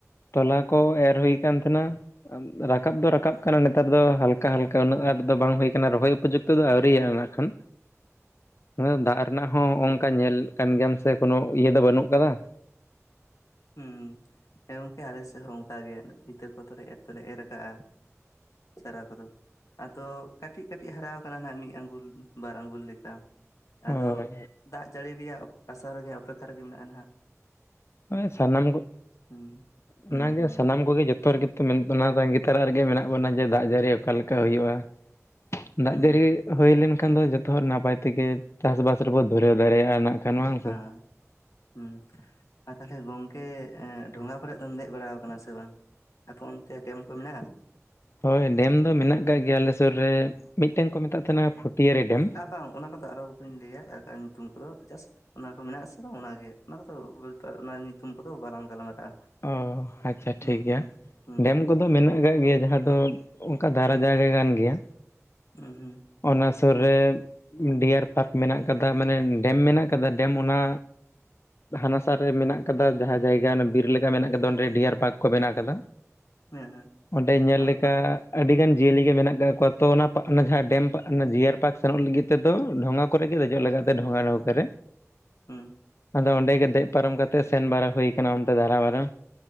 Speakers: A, on the left; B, on the left.
A: ᱛᱚᱞᱟ ᱠᱚ ᱮᱨ ᱦᱩᱭ ᱠᱟᱱ ᱛᱟᱸᱦᱮᱱᱟ᱾ ᱨᱟᱠᱟᱵ ᱫᱚ ᱨᱟᱠᱟᱵ ᱠᱟᱱᱟ ᱱᱮᱛᱟᱨ ᱫᱚ ᱦᱟᱞᱠᱟ ᱦᱟᱞᱠᱟ ᱩᱱᱟᱹᱜ ᱟᱸᱴ ᱫᱚ ᱵᱟᱝ ᱦᱩᱭ ᱟᱠᱟᱱᱟ ᱨᱚᱦᱚᱭ ᱩᱯᱚᱡᱩᱠᱛᱚ ᱫᱚ ᱟᱹᱣᱨᱤᱤᱭᱟ ᱱᱟᱜ ᱠᱷᱟᱱ᱾
B: <inaudible>
A: ᱦᱮᱸ, ᱫᱟᱜ ᱨᱮᱱᱟᱜ ᱦᱚᱸ ᱦᱚᱜ-ᱚᱝᱠᱟ ᱧᱮᱞᱮᱫ ᱠᱟᱱ ᱜᱮᱭᱟᱢ ᱥᱮ ᱠᱳᱱᱳ ᱤᱭᱟᱹ ᱫᱚ ᱵᱟᱹᱱᱩᱜ ᱠᱟᱫᱟ᱾
B: ᱦᱩᱸ ᱜᱚᱝᱠᱮ ᱟᱞᱮ ᱥᱮᱫ ᱦᱚᱸ ᱚᱱᱠᱟ ᱜᱮ ᱤᱛᱟᱹ ᱠᱚᱫᱚᱞᱮ ᱮᱨ ᱛᱮᱞᱮ ᱮᱨ ᱠᱟᱜᱼᱟ᱾ ᱪᱟᱨᱟ ᱠᱚᱫᱚ ᱟᱫᱚ ᱠᱟᱹᱴᱤᱡ ᱠᱟᱹᱴᱤᱡ ᱦᱟᱨᱟᱣ ᱠᱟᱱᱟ ᱱᱟᱜ ᱢᱤᱫ ᱟᱸᱜᱩᱞ ᱵᱟᱨ ᱟᱸᱜᱩᱞ ᱞᱮᱠᱟ
A: ᱦᱳᱭ
B: ᱟᱫᱚ ᱫᱟᱜ ᱡᱟᱹᱲᱤ ᱨᱮᱭᱟᱜ ᱟᱥᱟ ᱨᱮᱜᱮ ᱚᱯᱮᱠᱠᱷᱟ ᱨᱮᱜᱮ ᱢᱮᱱᱟᱜᱼᱟ ᱱᱟᱜ᱾
A: ᱦᱩᱸ, ᱥᱟᱱᱟᱢ ᱠᱚ
B: ᱦᱩᱸ ᱦᱩᱸ
A: ᱚᱱᱟᱜᱮ
B: ᱦᱩᱸ
A: ᱥᱟᱱᱟᱢ ᱠᱚᱜᱮ ᱡᱚᱛᱚ ᱨᱮᱜᱮ ᱚᱱᱟ ᱛᱺᱜᱤ ᱛᱟᱨᱟ ᱨᱮᱜᱮ ᱢᱮᱱᱟᱜ ᱵᱚᱱᱟ ᱡᱮ ᱫᱟᱜ ᱡᱟᱹᱲᱤ ᱚᱠᱟ ᱞᱮᱠᱟ ᱦᱩᱭᱩᱜᱼᱟ, ᱫᱟᱜ
B: ᱦᱩᱸ
A: ᱡᱟᱹᱲᱤ ᱦᱩᱭ ᱞᱮᱱᱠᱷᱟᱱ ᱫᱚ ᱡᱚᱛᱚ ᱦᱚᱲ ᱱᱟᱯᱟᱭ ᱛᱮᱜᱮ ᱪᱟᱥ-ᱵᱟᱥ ᱨᱮᱵᱚ ᱫᱷᱩᱨᱟᱹᱣ ᱫᱟᱲᱮᱭᱟᱜᱼᱟ ᱱᱟᱜ᱾ ᱠᱷᱟᱱ ᱵᱟᱝ ᱥᱮ
B: ᱦᱮᱸ᱾ ᱦᱩᱸ, ᱟᱨ ᱛᱟᱦᱞᱮ ᱜᱚᱝᱠᱮ ᱮᱸ ᱰᱷᱚᱸᱜᱟ ᱠᱚᱨᱮ ᱫᱚᱢ ᱫᱮᱡ ᱵᱟᱲᱟᱣ ᱟᱠᱟᱱᱟ ᱥᱮ ᱵᱟᱝ? ᱟᱯᱮ ᱚᱱᱛᱮ ᱰᱮᱢ ᱠᱚ ᱢᱮᱱᱟᱜᱼᱟ?
A: ᱦᱳᱭ ᱰᱮᱢ ᱫᱚ ᱢᱮᱱᱟᱜ ᱠᱟᱜ ᱜᱮᱭᱟ ᱟᱞᱮ ᱥᱩᱨ ᱨᱮ, ᱢᱤᱫᱴᱟᱹᱝ ᱠᱚ ᱢᱮᱛᱟᱜ ᱛᱟᱦᱮᱱᱟ ᱯᱷᱩᱴᱭᱟᱹᱨᱤ ᱰᱮᱢ᱾
B: ᱟᱨ ᱵᱟᱝ ᱚᱱᱟ ᱠᱚᱫᱚ ᱟᱞᱚ ᱵᱮᱱ ᱞᱟᱹᱭᱟ ᱮᱴᱟᱜ ᱧᱩᱛᱩᱢ ᱠᱚᱫᱚ, ᱡᱟᱥᱴ ᱚᱱᱟ ᱠᱚ ᱢᱮᱱᱟᱜ-ᱟ ᱥᱮ ᱵᱟᱝ ᱚᱱᱟᱜᱮ, ᱚᱱᱟ ᱠᱚᱫᱚ ᱵᱮᱯᱟᱨ ᱚᱱᱟ ᱧᱩᱛᱩᱢ ᱠᱚᱫᱚ ᱵᱟᱞᱟᱝ ᱜᱟᱞᱢᱟᱨᱟᱜᱼᱟ᱾
A: ᱚ, ᱟᱪᱪᱷᱟ
B: ᱦᱩᱸ
A: ᱴᱷᱤᱠ ᱜᱮᱭᱟ᱾
B: ᱦᱩᱸ ᱦᱩᱸ
A: ᱰᱮᱢ ᱠᱚᱫᱚ ᱢᱮᱱᱟᱜ ᱟᱠᱟᱜ ᱜᱮᱭᱟ ᱡᱟᱦᱟᱸ ᱫᱚ ᱚᱝᱠᱟ ᱫᱷᱟᱨᱟ
B: ᱦᱩᱸ
A: ᱡᱟᱭᱜᱟ ᱠᱟᱱ ᱜᱮᱭᱟ᱾
B: ᱦᱩᱸ ᱦᱩᱸ᱾
A: ᱚᱱᱟ ᱥᱩᱨ ᱨᱮ ᱰᱤᱭᱟᱨ ᱯᱟᱨᱠ ᱢᱮᱱᱟᱜ ᱠᱟᱫᱟ, ᱢᱟᱱᱮ ᱰᱮᱢ ᱢᱮᱱᱟᱜ ᱠᱟᱫᱟ ᱰᱮᱢ ᱚᱱᱟ ᱦᱟᱱᱟᱥᱟ ᱨᱮ ᱢᱮᱱᱟᱜ ᱠᱟᱫᱟ ᱡᱟᱦᱟᱸ ᱡᱟᱭᱜᱟ ᱚᱱᱟ ᱵᱤᱨ ᱞᱮᱠᱟ ᱢᱮᱱᱟᱜ ᱟᱠᱟᱫᱟ ᱚᱸᱰᱮ ᱰᱤᱭᱟᱨ ᱯᱟᱨᱠ ᱠᱚ ᱵᱮᱱᱟ ᱠᱟᱫᱟ᱾
B: ᱦᱮᱸ
A: ᱚᱸᱰᱮ ᱧᱮᱞ
B: ᱟᱨ
A: ᱞᱮᱠᱟ
B: ᱛᱟᱦᱞᱮ
A: ᱟᱹᱰᱤ ᱜᱟᱱ ᱡᱤᱭᱟᱹᱞᱤ ᱜᱮ ᱢᱮᱱᱟᱜ ᱠᱟᱜ ᱠᱚᱣᱟ, ᱛᱚ ᱚᱱᱟ ᱡᱟᱦᱟᱸ ᱰᱮᱢ ᱡᱤᱭᱟᱨ ᱯᱟᱨᱠ ᱥᱮᱱᱚᱜ ᱞᱟᱹᱜᱤᱫ ᱛᱮᱫᱚ ᱰᱷᱚᱸᱜᱟ ᱠᱚᱨᱮᱜᱮ ᱫᱮᱡᱚᱜ ᱞᱟᱜᱟᱜ ᱛᱮ ᱰᱷᱚᱸᱜᱟ ᱱᱟᱹᱣᱠᱟᱹ ᱨᱮ᱾
B: ᱦᱩᱸ᱾
A: ᱟᱫᱚ ᱚᱸᱰᱮ ᱜᱮ ᱫᱮᱡ ᱯᱟᱨᱚᱢ ᱠᱟᱛᱮᱜ ᱥᱮᱱ ᱵᱟᱨᱟ ᱦᱩᱭ ᱟᱠᱟᱱᱟ ᱚᱱᱛᱮ ᱫᱟᱨᱟᱵᱟᱨᱟ᱾